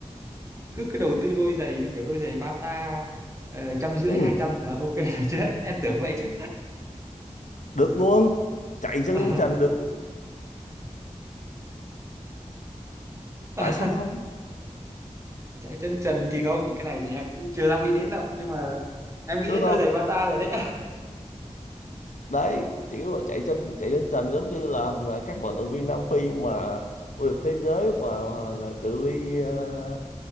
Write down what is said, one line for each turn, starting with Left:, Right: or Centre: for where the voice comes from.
Right: cứ cứ đầu tư đôi giày như kiểu đôi giày Bata ờ, trăm rưỡi
Left: ừ,
Right: hai trăm là ok rồi <laughs> chứ em tưởng vậy chứ
Left: được luôn chạy chân
Right: <laughs>
Left: trần được luôn.
Right: Ờ,
Left: tại sao không
Right: chạy chân trần thì không cái này thì em cũng chưa dám nghĩ đến đâu nhưng mà em nghĩ
Left: đúng
Right: đến
Left: không
Right: đôi giày Bata rồi đấy
Left: đấy chỉ có chạy chân chạy chân trần giống như là là các vận động viên Nam Phi mà vô địch thế giới mà, mà là cự ly ờ,